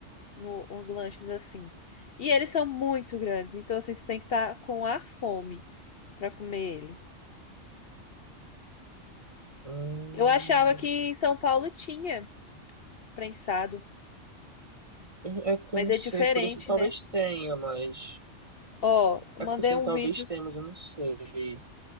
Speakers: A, on the left; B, on the right.
A: no- uns lanches assim. E eles são muito grandes, então assim, você tem que estar com a fome para comer ele.
B: Hum.
A: Eu achava que em São Paulo tinha prensado,
B: Eu- É porque
A: mas
B: eu não
A: é
B: sei,
A: diferente,
B: por isso talvez
A: né?
B: tenha, mas.
A: Ó, eu
B: É
A: mandei
B: porque assim,
A: um
B: talvez
A: vídeo,
B: tenha, mas eu não sei.